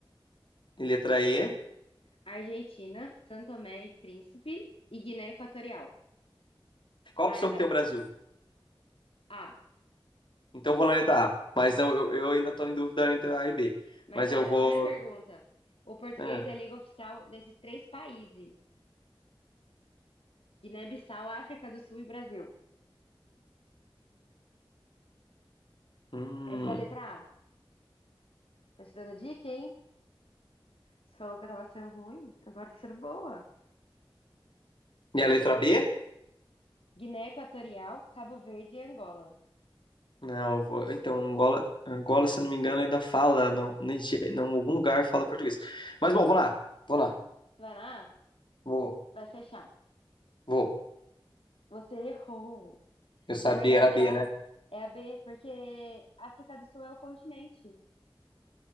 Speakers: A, on the left (about 60°); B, on the left (about 85°).
A: e letra E.
B: Argentina, São Tomé e Príncipe e Guiné Equatorial.
A: Qual
B: Ah,
A: a opção
B: essa...
A: que tem
B: é.
A: o Brasil?
B: ah,
A: Então eu vou na letra A. Mas não, eu, eu ainda tô em dúvida entre A e B.
B: mas
A: Mas
B: olha,
A: eu vou.
B: olha a pergunta. O português
A: ah,
B: é a língua oficial desses três países: Guiné-Bissau, África do Sul e Brasil.
A: hum.
B: Essa é a letra A. Tô te dando dica, hein? Você falou que eu tava sendo ruim, agora tô sendo boa.
A: E a letra B?
B: Guiné Equatorial, Cabo Verde e Angola.
A: Não, eu vou. Então, Angola, Angola, se eu não me engano, ainda fala. Não, Nige- não, em algum lugar fala português. Mas bom, vou lá. Vou lá.
B: Você vai na A?
A: Vou,
B: Vai fechar.
A: vou.
B: Você errou.
A: Eu sabia,
B: Na verdade,
A: era B,
B: é a
A: né?
B: é a B, porque África do Sul é o continente,